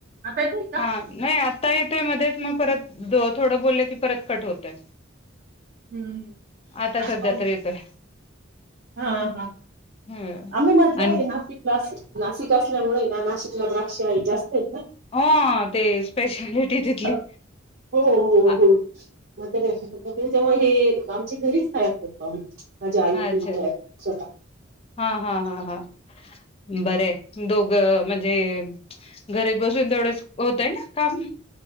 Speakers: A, on the right (about 55°); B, on the left (about 30°).
A: आता येतोय का
B: हा नाही आता येतोय मध्येच मग परत थोडं बोललं की परत कट होतय.
A: काय
B: आता सध्या
A: प्रॉब्लेम
B: तरी येतोय.
A: हा हा
B: हम्म
A: आम्ही म्हटलं
B: आणि
A: आहे नासिकला नाशिक असल्यामुळे ना नाशिकला द्राक्ष आहे जास्त ना
B: हो ते स्पेशालिटी तिथली
A: हो हो
B: हा
A: हो म त्याच्यामुळे हे आमच्या घरीच तया करतो आम्ही माझी आई वगैरे
B: अच्छा
A: तयार करते स्वतः
B: हा हा हा हा बर दोघ म्हणजे घरीात बसून तेवढंच होतय ना काम